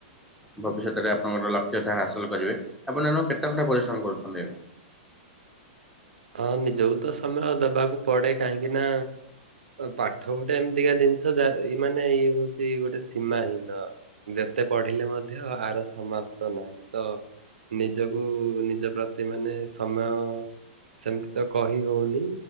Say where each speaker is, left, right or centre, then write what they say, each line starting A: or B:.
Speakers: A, in the centre; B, on the right (about 80°).
A: ଭବିଷ୍ୟତରେ ଆପଣଙ୍କର ଲକ୍ଷ୍ୟ ତାହା ହାସଲ କରିବେ ଆପଣ ଏନ କେତେ ଖଣ୍ଟା ପରିଶ୍ରମ କରୁଛନ୍ତି?
B: ହଁ ନିଜକୁ ତ ସମୟ ଦବାକୁ ପଡେ କାହିଁକି ନା ପାଠ ଗୋଟେ ଏମିତିକା ଜିନିଷ ଯା ଇ ମାନେ ଇଏ ହଉଛି, ଗୋଟେ ସୀମାହୀନ ମତେ ପଢିଲେ ମଧ୍ୟ ଆର ସମାପ୍ତ ନାହିଁ ତ ନିଜକୁ ନିଜ ପ୍ରତି ମାନେ ସମୟ ସେମିତି ତ କହି ହଉନି,